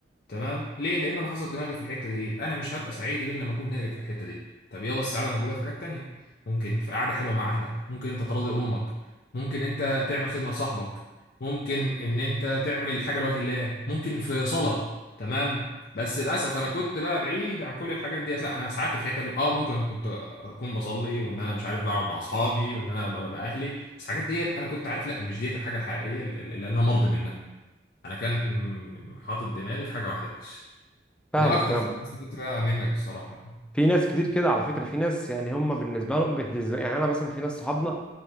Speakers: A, on the left; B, in the centre.
A: تمام ليه لان انا حاطط دماغي في الحته دي انا مش هبقى سعيد غير لما اكون ناجح في الحته دي طب يلا السعاده موجوده في حاجات تانية ممكن في قعده حلوه مع اهلك ممكن انت تراضي امك ممكن انت تعمل خدمه لصاحبك ممكن ان انت تعمل حاجه لوجه الله ممكن في صلاه تمام بس للاسف انا كنت بقى بعيد عن كل الحاجات ديت لا انا سعدت في الحته دي اه ممكن كنت اكون بصلي وان انا مش عارف بقعد مع اصحابي وان انا ببقى اهلي بس الحاجات ديت انا كنت عارف لا مش ديت الحاجه الحقيقيه اللي اللي انا مرضي منها انا كان م- حاطط دماغي في حاجه واحده بس
B: فاهمك
A: فدي اكتر
B: فاهمك
A: حاجة استفدت بقى منك الصراحه يعني.
B: في ناس كتير كده على فكرة في ناس يعني هم بالنسبة لهم بالنسبة يعني أنا مثلا في ناس صحابنا